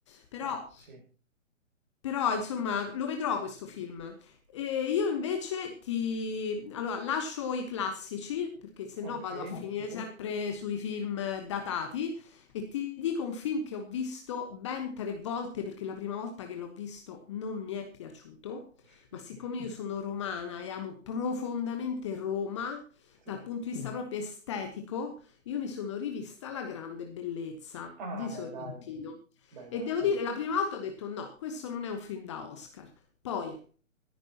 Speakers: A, on the left; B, on the right.
A: Però
B: Bah, sì,
A: però, insomma, lo vedrò questo film. E io invece ti... Allora, lascio i classici, perché se
B: ok.
A: no vado a finire Ok. sempre sui film datati, e ti dico un film che ho visto ben tre volte, perché la prima volta che l'ho visto non mi è piaciuto,
B: <laughs>
A: ma siccome io sono romana e amo profondamente Roma,
B: Sì.
A: dal punto di vista Mm. proprio estetico, io mi sono rivista La grande bellezza
B: Ah,
A: di Sorrentino.
B: beh, dai, beh,
A: E
B: dai,
A: devo dire, la prima volta ho detto no, questo non è un film da Oscar. Poi,